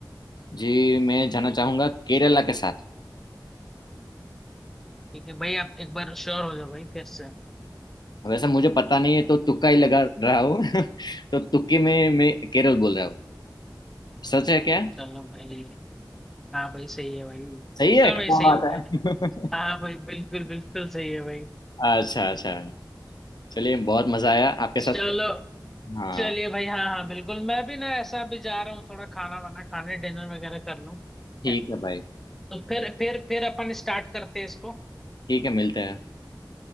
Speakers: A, on the left; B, in the centre.
A: जी मैं जाना चाहूंगा केरला के साथ
B: ठीक है भाई आप एक बार श्योर हो जाओ भाई फिर से
A: वैसे मुझे पता नहीं है तो तुक्का ही लगा रहा हूँ <laughs> तो तुक्के में मैं केरल बोल रहा हूँ सच है क्या
B: चलो भाई हाँ भाई सही है भाई
A: सही
B: तुक्का
A: है
B: भाई
A: क्या
B: सही
A: बात
B: हो गया
A: है
B: भाई हाँ भाई बिल्कुल बिल्कुल सही है भाई
A: <laughs> अच्छा अच्छा चलिए बहुत मजा आया आपके साथ
B: चलो
A: हाँ
B: चलिए भाई हाँ हाँ बिल्कुल मैं भी ना ऐसा अभी जा रहा हूँ थोड़ा खाना वाना खाने डिनर वगैरह कर लूँ ठीक
A: ठीक
B: है
A: है भाई
B: तो फिर फिर फिर अपन स्टार्ट करते हैं इसको
A: ठीक है मिलते हैं